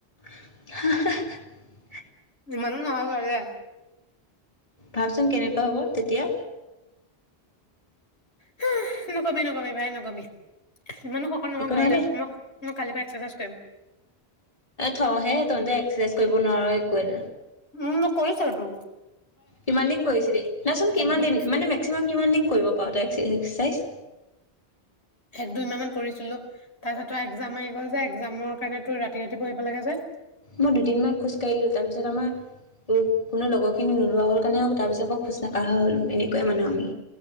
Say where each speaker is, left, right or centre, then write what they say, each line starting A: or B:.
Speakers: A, on the left; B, on the left.
A: হাহ হে
B: ইমানো নহয় খাবলে
A: ভাবচোন কেনেকুৱা হ'ব তেতিয়া।
B: হুহ, নকবি নকবি ভাই নকবি। ইমানো শকত নহয়
A: একো
B: বাৰু
A: নাই
B: দে মই কালি পৰা এক্সচাৰচাইজ কৰিম
A: থ'হে তহঁতে এক্সাৰচাইজ কৰিব নোৱাৰ একো <unintelligible>
B: উম মই কৰিছো টো
A: কিমান দিন কৰিছিলি, নাচোন কিমান
B: এক দুই
A: দিন, মানে মেক্সিমাম কিমান দিন কৰিব পাৰোঁ তই এক্সাৰচাইজ
B: এক দুইমাহ মান কৰিছিলো তাৰপিছত তই এক্জাম আহি গল যে একজামৰ কাৰণে তোৰ ৰাতি ৰাতি পঢ়িব লাগে যে
A: মই দুদিনমান খোজ কঢ়িলো তাৰ পিছত আমাৰ কোনো লগৰ খিনি নোলোৱা হ'ল কাৰণে আৰু তাৰ পিছত মই খোজ নকঢ়া হলো এ গঞা মানুহ আমি